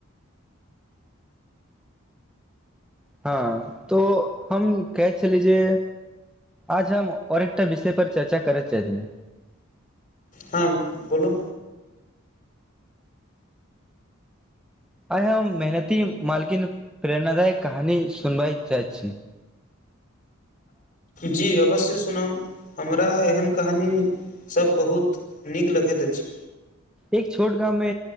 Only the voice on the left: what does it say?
हाॅं बोलो
जी अवश्य सुनाउ हमरा एहन कहानीसभ बहुत नीक लगैत अछि।